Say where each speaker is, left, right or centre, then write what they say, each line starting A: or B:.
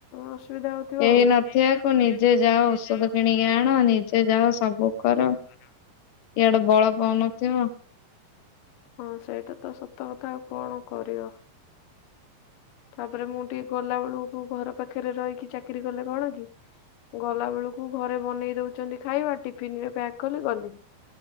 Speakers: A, on the left; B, on the left.
A: ଅସୁବିଧା ହଉଥିବ
B: କେହି
A: ଆଉ।
B: ନଥିବାକୁ
A: କେହି ନଥିଆକୁ ନିଜେ
B: ଔଷଧ
A: ଯାଅ
B: କିଣିକି ଆଣ। ନିଜେ ଯାଅ ସବୁ କର୍
A: ହେଲୋ
B: ଇଆଡୁ ବଳ ପାଉନଥିବ।
A: ହଁ ସେଇଟା ତ ସତ କଥା। ଆଉ କଣ କରିବ? ତାପରେ ମୁଁ ଟିକେ ଗଲା ବେଳକୁ, ଘର ପାଖରେ ରହିକି ଚାକିରି କଲେ କଣ କି? ଗଲା ବେଳକୁ ଘରେ ବନେଇ ଦଉଚନ୍ତି ଖାଇବା। ଟିଫିନ୍ ରେ ପ୍ୟାକ୍ କଲି ଗଲି।